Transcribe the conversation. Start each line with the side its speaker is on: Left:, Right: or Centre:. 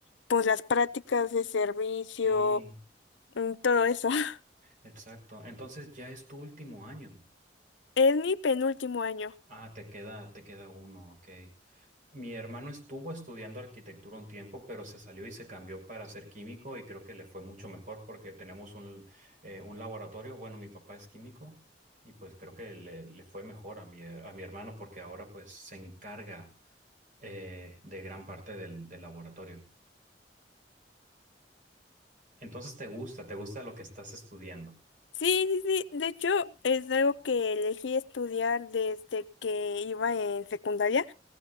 Left: pues las prácticas de servicio,
Right: Sí,
Left: mm, todo eso. <laughs>
Right: exacto. Entonces ya es tu último año.
Left: Es mi penúltimo año.
Right: Ah, te queda, te queda uno, ok. Mi hermano estuvo estudiando arquitectura un tiempo, pero se salió y se cambió para ser químico y creo que le fue mucho mejor porque tenemos un, eh, un laboratorio. Bueno, mi papá es químico y pues creo que le, le fue mejor a mi, a mi hermano porque ahora pues se encarga eh, de gran parte del, del laboratorio. Entonces te gusta, te gusta lo que estás estudiando.
Left: Sí, sí, sí, de hecho es algo que elegí estudiar desde que iba en secundaria.